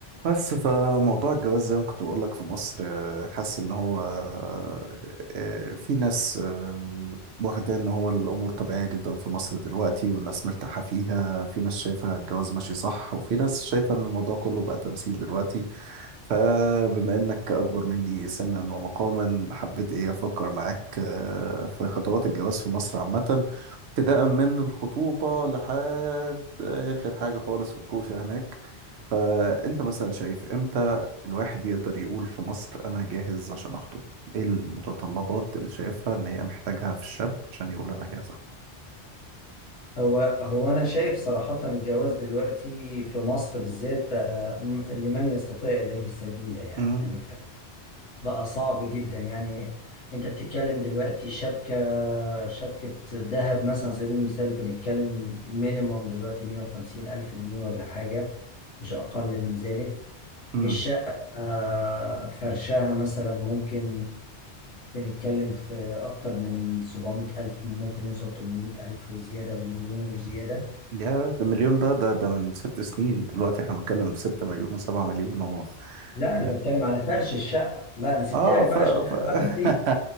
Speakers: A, on the right (about 75°); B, on the left (about 85°).
A: بس فموضوع الجواز زي ما كنت بقول لك في مصر آه، حاسس ان هو آه، آه، في ناس آه، واخده ان هو الامور طبيعيه جدا في مصر دلوقتي والناس مرتاحه فيها في ناس شايفه الجواز ماشي صح وفي ناس شايفه ان الموضوع كله بقى تمثيل دلوقتي فبما انك اكبر مني سنا ومقاما حبيت ايه افكر معاك آه، في خطوات الجواز في مصر عامه ابتداء من الخطوبه لحد اخر حاجه خالص في الكوشه هناك فأنت مثلا شايف إمتى الواحد يقدر يقول في مصر أنا جاهز عشان أخطب؟ إيه المتطلبات اللي شايفها إن هي محتاجها في الشاب عشان يقول أنا جاهز أخطب؟
B: هو هو أنا شايف صراحة الجواز دلوقتي في مصر بالذات بقى م- لمن يستطيع إليه سبيلا يعني
A: امم
B: يعني ف- بقى صعب جدا يعني أنت بتتكلم دلوقتي شبكة شبكة ذهب مثلا على سبيل المثال بنتكلم مينيمم دلوقتي 150 ألف جنيه ولا حاجة مش أقل من ذلك
A: امم
B: الشقة آه، فرشها مثلا ممكن بنتكلم في أكتر من 700 ألف ممكن يوصل 800 ألف وزيادة ومليون وزيادة
A: يا ده مليون ده ده ده من ست سنين دلوقتي إحنا بنتكلم في ستة مليون وسبعة مليون و
B: لا
A: حاجات
B: انا بتكلم على فرش الشقه لا انا سبت
A: آه
B: لك
A: ف,
B: بقى
A: ف...
B: الشقه بقى دي
A: <laughs>